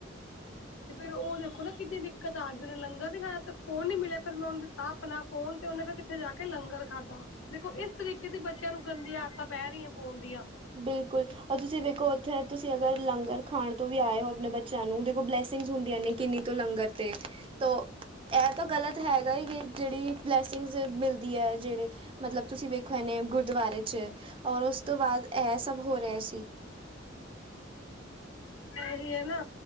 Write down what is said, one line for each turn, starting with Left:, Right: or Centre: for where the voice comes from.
Right: <inaudible>
Left: ਤੇ ਫੇਰ ਓ ਦੇਖੋ ਨਾ ਕਿੰਨੀ ਦਿੱਕਤ ਆਗੀ ਉਨੇ ਲੰਗਰ ਨੀ ਖਾਇਆ ਤੱਕ ਫ਼ੋਨ ਨੀ ਮਿਲਿਆ ਫਿਰ ਮੈਂ ਉਨੂੰ ਦਿੱਤਾ ਆਪਣਾ ਫ਼ੋਨ ਤੇ ਉਨੇ ਫਿਰ ਕਿੱਥੇ ਜਾ ਕੇ ਲੰਗਰ ਖਾਧਾ ਦੇਖੋ ਇਸ ਤਰੀਕੇ ਦੀ ਬੱਚਿਆਂ ਨੂੰ ਗੰਦੀਆਂ ਆਦਤਾਂ ਪੈ ਰੀਆ ਫ਼ੋਨ ਦੀਆਂ।
Right: ਬਿਲਕੁੱਲ ਓ ਤੁਸੀਂ ਵੇਖੋ ਉੱਥੇ ਤੁਸੀਂ ਅਗਰ ਲੰਗਰ ਖਾਣ ਤੋਂ ਵੀ ਆਏ ਹੋ ਆਪਣੇ ਬੱ ਚਿਆਂ ਨੂੰ ਦੇਖੋ ਬਲੈਸਿੰਗਜ ਹੁੰਦੀਆਂ ਨੇ ਕਿੰਨੀ ਤੋਂ ਲੰਗਰ ਤੇ। ਤੋਂ ਐ ਤੋਂ ਗ਼ਲਤ ਹੈਗਾ ਕਿ ਜੇੜੀ ਬਲੈਸਿੰਗਜ਼ ਮਿਲਦੀ ਐ ਜੇੜੇ ਮਤਲਬ ਤੁਸੀਂ ਵੇਖੋ ਐਨੇ ਗੁਰਦੁਆਰੇ 'ਚ ਔਰ ਉਸ ਤੋਂ ਬਾਅਦ ਐ ਸਭ ਹੋ ਰੇਆ ਸੀ।
Left: ਐਹੀ ਐ ਨਾ